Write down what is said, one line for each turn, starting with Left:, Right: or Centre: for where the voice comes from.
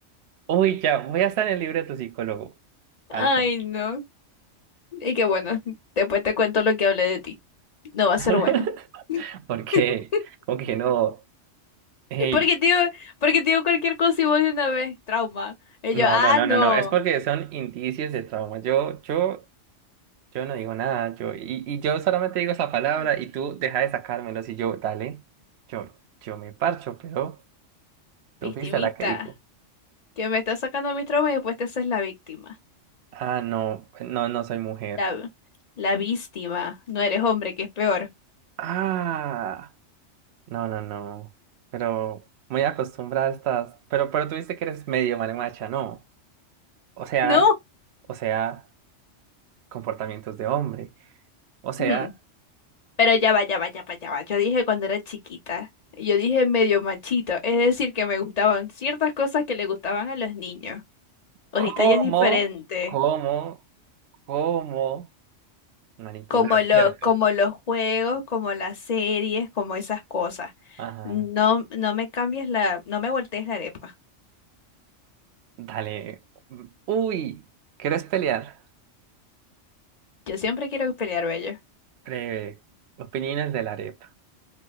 Right: Uy, ya, voy a estar en el libro de tu psicólogo.
Left: Ay,
Right: Alto.
Left: no. Y que bueno, después te cuento lo que hablé de ti. No va a
Right: <laughs>
Left: ser bueno.
Right: ¿Por qué?
Left: <laughs>
Right: Como que no. Hey,
Left: Porque te digo, porque te digo cualquier cosa y vos de una vez, trauma. Y
Right: no,
Left: yo, ah,
Right: no, no,
Left: no.
Right: no, no. Es porque son indicios de trauma. Yo, yo. Yo no digo nada, yo, y, y yo solamente digo esa palabra
Left: Mm,
Right: y tú deja de sacármelos y yo, dale, yo, yo me parcho, pero tú
Left: Victimista.
Right: fuiste la que dijo.
Left: Que me estás sacando mis traumas y después te haces la víctima.
Right: Ah, no, no, no soy mujer.
Left: La, la víctima. No eres hombre, que es peor.
Right: Ah, no, no, no, pero muy acostumbrada estás, pero, pero tú viste que eres medio marimacha, ¿no? O sea,
Left: No.
Right: o sea, comportamientos de hombre, o sea,
Left: Mm, Pero ya va, ya va, ya va, ya va. Yo dije cuando era chiquita. Yo dije medio machito. Es decir, que me gustaban ciertas cosas que le gustaban a los niños. Ahorita
Right: ¿cómo,
Left: ya es diferente.
Right: cómo, cómo manipular,
Left: como lo,
Right: ¿cierto?
Left: como los juegos, como las series, como esas cosas.
Right: Ajá.
Left: No, no me cambies la, no me voltees la arepa.
Right: Dale. Uy, ¿quieres pelear?
Left: Yo siempre quiero pelear, bello.
Right: Breve. Opiniones de la arepa.